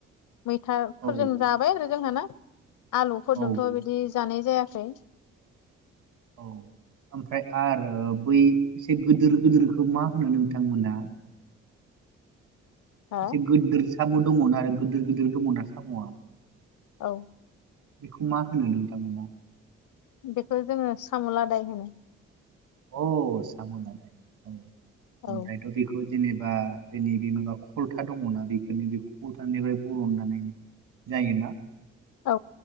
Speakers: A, on the left; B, on the right.
A: मैथा
B: औ
A: फोरजों जाबाय आरो। जोंहा ना आलु फोर
B: औ
A: जोंथ' बिदि जानाय जायाखै।
B: औ ओमफ्राय आरो बै एसे गोदोर गोदोरखौ मा होनो नोंथां मोना? <inaudible>
A: हा
B: साम' दङना आरो गोदोर गोदोर दङना साम'आ
A: औ
B: बेखौ मा होनो नोंथांमोना
A: बेखौ जोङो साम' लादाय होनो।
B: औ साम' लादाय औ।
A: औ
B: ओमफ्रायथ' बेखौ जेनेबा बेनि बे माबा खलथा दङना बेफोरनि बे खल्थानिफ्राय बरननानै जायोना।
A: औ